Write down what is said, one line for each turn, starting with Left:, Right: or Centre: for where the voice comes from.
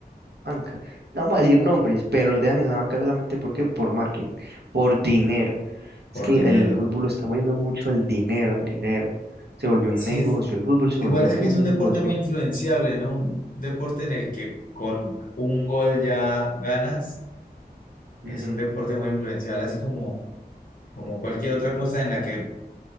Right: banca. No vamos a decir nombres, pero los dejan en la banca solamente porque por marketing, por dinero.
Left: por
Right: Es que
Left: dinero
Right: el, el fútbol lo está moviendo mucho al dinero, al dinero. Se volvió un
Left: Sí,
Right: negocio,
Left: es,
Right: el fútbol se
Left: igual
Right: volvió
Left: es que
Right: un
Left: es un
Right: negocio.
Left: deporte muy influenciable, ¿no? Un deporte en el que con un gol ya ganas,
Right: Ujú.
Left: es un deporte muy influenciable, así como, como cualquier otra cosa en la que